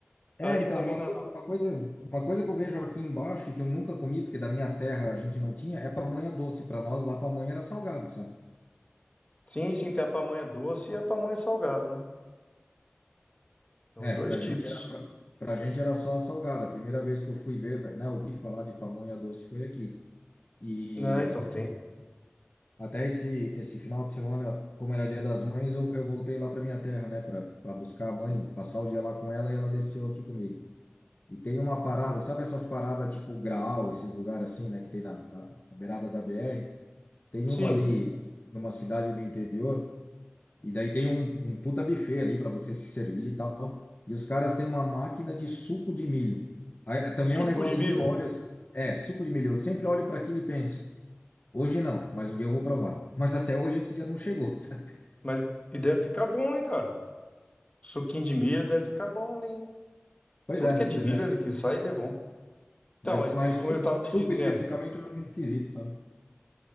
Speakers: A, on the left; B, on the left.
A: É,
B: Aí
A: então,
B: também
A: uma
B: na,
A: coisa,
B: na-
A: uma coisa, uma coisa que eu vejo aqui embaixo e que eu nunca comi, porque da minha terra a gente não tinha, é pamonha doce. Para nós lá, pamonha era salgado, sabe?
B: Sim, sim, tem a pamonha doce e a pamonha salgada, né? Tem
A: É,
B: os dois
A: pra
B: tipos.
A: gente era, pra, pra gente era só salgada. A primeira vez que eu fui ver, né, ouvi falar de pamonha doce foi aqui. E
B: Ah, então tem.
A: até esse, esse final de semana, como era Dia das Mães, eu, eu voltei lá pra minha terra, né, pra, pra buscar a mãe, passar o dia lá com ela e ela desceu aqui comigo. E tem uma parada, sabe essas paradas tipo Graal, esses lugares assim, né, que tem na, na na beirada da BR? Tem
B: Sim,
A: uma ali numa cidade do interior, e daí tem um, um puta buffet ali para você se servir e tal. E os caras têm uma máquina de suco de milho. Aí, é, também
B: suco
A: é um negócio
B: de milho.
A: que eu olho, assim- é, suco de milho. Eu sempre olho para aquilo e penso, hoje não, mas um dia eu vou provar. Mas até hoje esse dia não chegou. <laughs>
B: Mas e deve ficar bom, hein, cara? Suquinho de milho deve ficar bom, ali, hein?
A: Pois
B: Tudo
A: é,
B: que é de
A: pois
B: milho,
A: é.
B: ele que sai, ele é bom. Então,
A: Mas,
B: mas
A: mas
B: que- como
A: suco,
B: eu tava te
A: suco
B: dizendo,
A: especificamente eu acho meio esquisito, sabe?